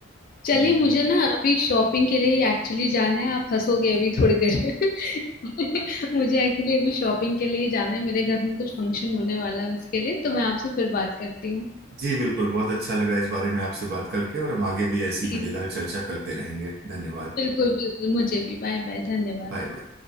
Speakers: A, on the left; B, on the right.
A: चलिए
B: जी
A: मुझे ना अभी शॉपिंग के लिए एक्चुअली जाना है आप हंसोगे अभी थोड़ी देर में <laughs> मुझे एक्चुअली अभी शॉपिंग के लिए ही जाना है मेरे घर में कुछ फंक्शन होने वाला है उसके लिए तो मैं आपसे फिर बात करती हूँ
B: जी, बिल्कुल बहुत अच्छा लगा इस बारे में आपसे बात करके और हम आगे भी ऐसी
A: जी,
B: मजेदार चर्चा करते रहेंगे धन्यवाद
A: बिल्कुल बिल्कुल मुझे भी बाय बाय धन्यवाद
B: Bye bye